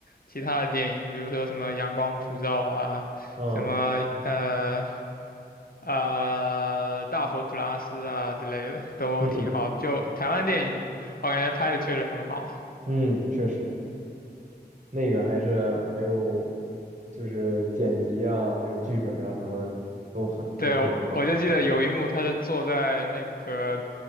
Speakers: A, on the left; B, on the right.
A: 其他的电影，比如说什么《阳光普照》啊，
B: 啊，
A: 什么呃呃《大佛普拉斯》啊之类的，都挺好。
B: 嗯
A: 就台湾电影，我感觉拍的确实很好。
B: 嗯，确实，那个还是还有就是剪辑啊，还有剧本啊什么的都很都非常棒
A: 对，我我就记得有一幕，他是坐在那个